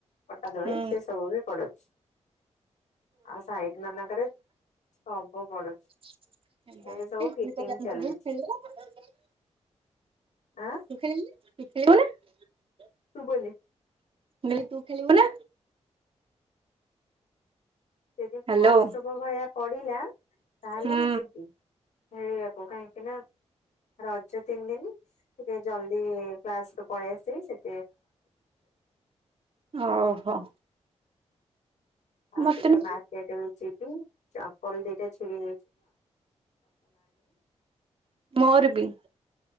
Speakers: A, on the left; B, on the right.
A: ପଟା ଧୋଳି
B: ହୁଁ
A: ସେ ସବୁ ବି ପଡୁଛି। ଆଉ ସାଇଟ ମାନଙ୍କରେ ସବ ପଡୁଛି।
B: ଖ
A: ଏବେ ସବୁ ଫିଟିଙ୍ଗ
B: ତୁ
A: ଚାଲିଛି
B: ଖେଳିବୁ, କିଛି
A: ଆଁ
B: <inaudible>
A: ତୁ ବୋଲେ,
B: ବ ତୁ ଖେଳିବୁ ନା?
A: ଯଦି
B: ହ୍ୟାଲୋ
A: ମହୋତ୍ସବ ଭଳିଆ ପଡିଲା ତାହେଲେ
B: ହୁଁ
A: ମୁଁ ଯିବି ଖେଳିବାକୁ କାହିଁକି ନା ରଜ ତିନି ଦିନ ଟିକେ ଜଲଦି କ୍ଲାସ ରୁ ପଳେଇ ଆସିବି ସେଠ
B: ଓହୋ,
A: ଆଉ
B: ମତେ
A: ଟିକେ
B: ନୁହଁ
A: ମାର୍କେଟ ମୁଁ ଯିବି। ଚପଲ ଦିଟା ଛିଡି
B: ମୋରବୀ